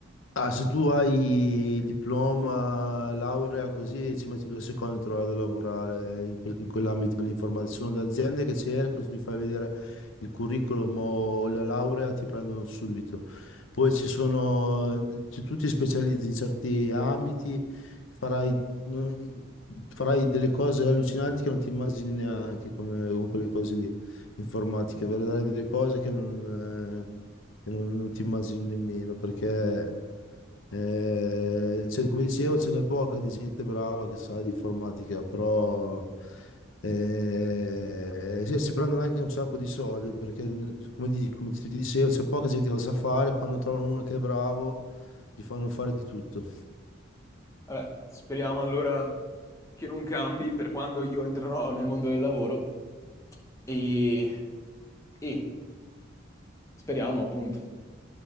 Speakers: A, on the left (about 80°); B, on the left (about 15°).
A: Ah, se tu hai diploma, laurea, così ci metti due secondi a trovare da lavorare in, que- in quell'ambito lì. informatica. Ci Sono le aziende che cercano, se ti fai vedere il curriculum o la laurea, ti prendono subito. Poi ci sono, se tu ti specializzi in certi ambiti, farai, non- farai delle cose allucinanti che non ti immagini neanche con, con quelle cose lì, informatiche. Vedrai delle cose che non eh, che non non ti immagini nemmeno perché. Eh, cioè, come dicevo, ce n'è poca di gente brava che sa di informatica, però eh, sì, si prendono anche un sacco di soldi perché, come, di- come ti ti dicevo, c'è poca gente che lo sa fare. Quando trovano uno che è bravo, gli fanno fare di tutto.
B: Vabbè, speriamo allora che non cambi per quando io entrerò nel mondo del lavoro e, e speriamo appunto.